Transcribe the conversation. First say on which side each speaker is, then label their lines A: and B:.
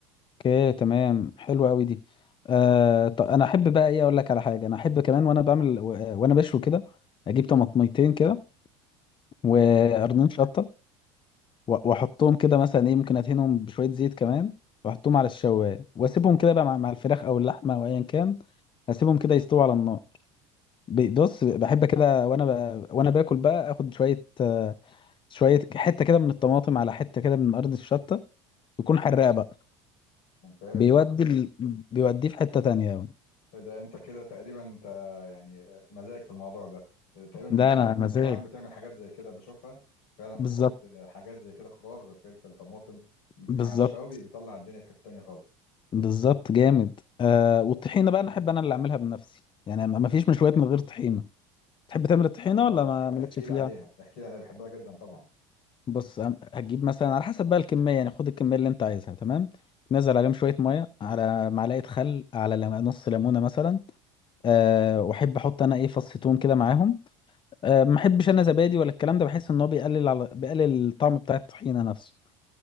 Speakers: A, on the left (about 30°); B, on the left (about 65°).
A: اوكي تمام حلوة أوي دي آه طب أنا أحب بقى إيه أقول لك على حاجة أنا أحب كمان وأنا بعمل و- وأنا بشوي كده أجيب طماطميتين كده وقرنين
B: الله يعينك.
A: شطة و- وأحطهم كده مثلا إيه ممكن أدهنهم بشوية زيت كمان وأحطهم على الشواية وأسيبهم كده بقى مع مع الفراخ أو اللحمة أو أيا كان أسيبهم كده يستووا على النار بص بحب كده وانا ب... وانا باكل بقى اخد شويه آه، شويه حته كده من الطماطم على حته كده من ارض الشطه يكون حراق بقى
B: ممتاز
A: بيودي
B: انت
A: ال... بيوديه في حته تانية أوي
B: ده انت كده تقريبا انت يعني مزاج في الموضوع ده تقريبا
A: ده
B: برضو
A: انا
B: في مطاعم
A: مزاج
B: بتعمل حاجات زي كده بشوفها فعلا بتحط
A: بالظبط
B: حاجات زي كده خضار فلفل طماطم
A: بالظبط
B: مع الشاوي بيطلع الدنيا في حتة تانية خالص
A: بالظبط جامد آه والطحينه بقى انا احب انا اللي اعملها بنفسي يعني ما ما فيش مشويات من غير طحينه تحب تعمل الطحينه
B: اه
A: ولا ما مالكش
B: احكي
A: فيها
B: لي عليها احكي لي عليها بحبها جدا طبعا
A: بص أم- هتجيب مثلا على حسب بقى الكميه يعني خد الكميه اللي انت عايزها تمام تنزل عليهم شويه ميه على معلقه خل على لم- نص ليمونه مثلا أه واحب احط انا ايه فص توم كده معاهم أه ما احبش انا زبادي ولا الكلام ده بحس ان هو بيقلل على بيقلل الطعم بتاع الطحينه نفسه